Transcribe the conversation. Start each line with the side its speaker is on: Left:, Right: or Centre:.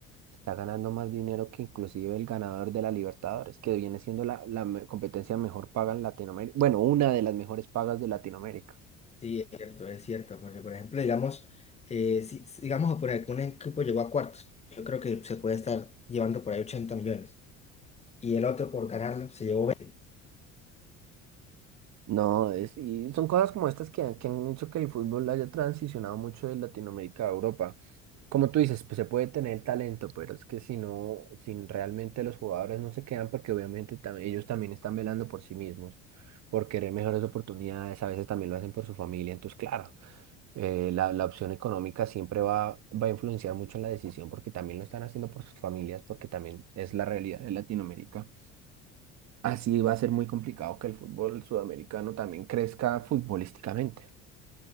Right: está ganando más dinero que inclusive el ganador de la Libertadores, que viene siendo la, la me- competencia mejor paga en Latinoamérica. Bueno, una de las mejores pagas de Latinoamérica.
Left: sí, es cierto, es cierto, porque por ejemplo, digamos, eh, si, si- digamos, por ejemplo, un equipo llegó a cuartos, yo creo que se puede estar llevando por ahí 80 millones. Y el otro por ganarlo se llevó
Right: No, es, y son cosas como estas que, han- que han hecho que el fútbol haya transicionado mucho de Latinoamérica a Europa. Como tú dices, pues se puede tener el talento, pero es que si no, si realmente los jugadores no se quedan, porque obviamente tam- ellos también están velando por sí mismos, por querer mejores oportunidades, a veces también lo hacen por su familia, entonces claro, eh, la, la opción económica siempre va, va a influenciar mucho en la decisión, porque también lo están haciendo por sus familias, porque también es la realidad de Latinoamérica. Así va a ser muy complicado que el fútbol sudamericano también crezca futbolísticamente.